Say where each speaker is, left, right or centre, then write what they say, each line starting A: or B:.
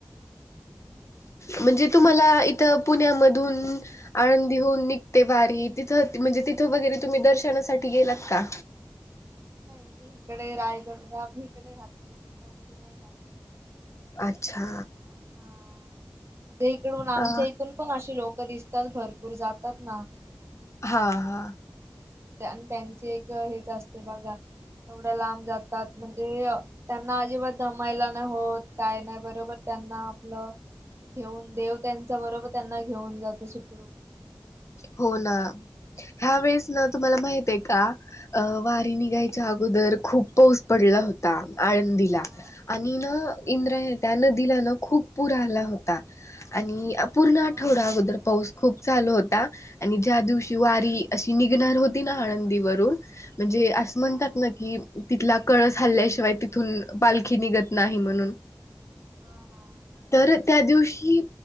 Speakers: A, on the right; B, on the left.
A: <inaudible>
B: म्हणजे तुम्हाला एका पुण्यामधून आळंदी होऊन निघते वारी तिथ म्हणजे तिथं वगैरे तुम्ही दर्शनासाठी गेलात का?
A: नाही मी इकडे रायगड म आम्ही इकडे राहते पुण्यामध्ये नाही राहत
B: अच्छा
A: अ हा म्हणजे इकडन आमच्या
B: अ
A: इथून पण अशी लोकं दिसतात भरपूर जातात ना
B: हा हा
A: हा आणि त्यांची एक हेच असते बघा एवढं लांब जातात म्हणजे त्यांना अजिबात दमायला नाही होत काय नाही बरोबर त्यांना आपलं घेऊन देव त्यांच्या बरोबर त्यांना घेऊन जातं सुखरूप
B: हो ना ह्या वेळेस ना तुम्हाला माहित आहे का अ वारी निघायच्या अगोदर खूप पाऊस पडला होता अ आळंदीला
A: हा
B: आणि ना इंद्रय त्या नदीला न खूप पूर आला होता आणि पूर्ण आठवडादर
A: हा हा
B: पाऊस खूप चालू होता आणि ज्या दिवशी वारी अशी निघणार होती ना आळंदीवरून म्हणजेआ असं
A: हा
B: म्हणतात ना
A: हा
B: की तिथला कळस हल्ल्याशिवाय तिथून पालखी निघत नाही म्हणून...
A: हा हा.....
B: तर त्या दिवशी